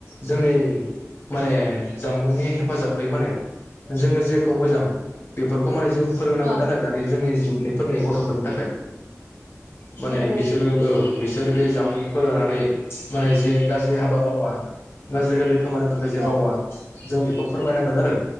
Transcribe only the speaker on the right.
औ
नंगौ
औ